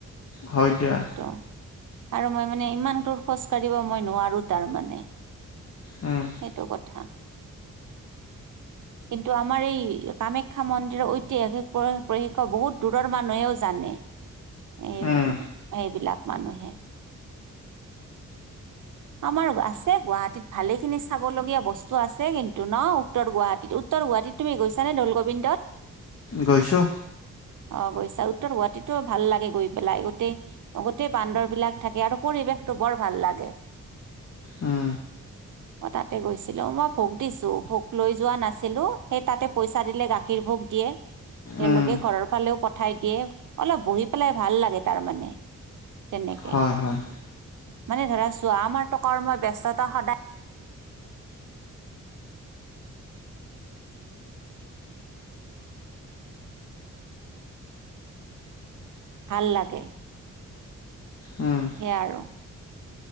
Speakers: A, on the left; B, on the right.
A: হয় দিয়া
B: এইটো, আৰু মই মানে ইমান দূৰ খোজ কাঢ়িব মই নোৱাৰো তাৰমানে।
A: উম।
B: সেইটো কথা। কিন্তু আমাৰ এই কামাখ্যা মন্দিৰৰ ঐতিহাসিক প্ৰ প্ৰশিক্ষ বহুত দূৰৰ মানুহেও জানে। এই
A: উম,
B: সেইবিলাক মানুহে। আমাৰ আছে গুৱাহাটীত। ভালেখিনি চাবলগীয়া বস্তু আছে কিন্তু ন উত্তৰ গুৱাহাটীত উত্তৰ গুৱাহাটীত তুমি গৈছানে দৌলগোবিন্দত? <inaudible>
A: গৈছো।
B: অ গৈছা উত্তৰ গুৱাহাটীতো ভাল লাগে গৈ পেলাই গোটেই গোটেই বান্দৰবিলাক থাকে আৰু পৰিৱেশটো বৰ ভাল লাগে।
A: উহ।
B: মই তাতে গৈছিলো মই ভোক দিছো ভোক লৈ যোৱা নাছিলো। সেই তাতে পইচা দিলে গাখীৰ ভোক দিয়ে। তেওঁলোকে
A: উম,
B: ঘৰৰ ফালেও পঠাই দিয়ে। অলপ বহি পেলাই ভাল লাগে তাৰমানে তেনেকে।
A: হয় হয়
B: মানে ধৰা চোৱা আমাৰো টকাৰ্ম ব্যস্ততা সদায় ভাল লাগে।
A: উম।
B: সেয়াই আৰু।